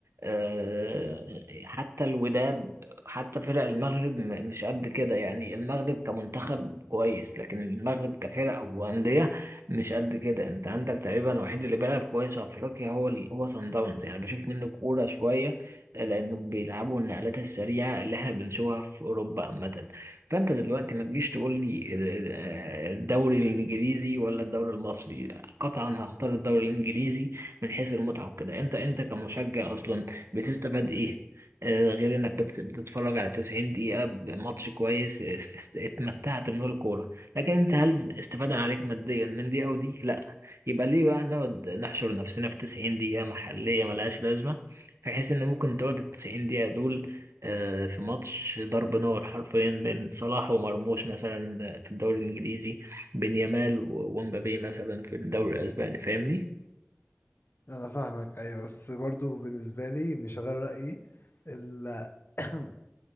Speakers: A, on the right (about 80°); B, on the left (about 55°).
A: آه، حتى الوداد حتى فرق المغرب م- مش قد كده يعني المغرب كمنتخب كويس لكن المغرب كفرق وأندية مش قد كده انت عندك تقريبا الوحيد اللي بيلعب كويس في افريقيا هو ال- هو صن داونز يعني بشوف منه كورة شوية لانهم بيلعبوا النقلات السريعة اللي احنا بنشوفها في اوروبا عامة فانت دلوقتي ما تجيش تقول لي آه، الدوري الانجليزي ولا الدوري المصري قطعا هختار الدوري الانجليزي من حيث المتعه وكده انت انت كمشجع اصلا بتستفاد ايه آه، غير انك بت- بتتفرج على 90 دقيقه بماتش كويس اس- اس- اتمتعت من الكوره لكن انت هل استفاده عليك ماديا من دي او دي لا يبقى ليه بقى نقعد نحشر نفسنا في 90 دقيقه محليه ملهاش لازمه بحيث ان ممكن تقعد ال 90 دقيقه دول آه، في ماتش ضرب نار حرفيا بين صلاح ومرموش مثلا آه، في الدوري الإنجليزي بين يامال و- ومبابي مثلا في الدوري الأسباني فاهمني؟
B: انا فاهمك ايوه بس برضو بالنسبه لي مش غير رايي ال- <coughs>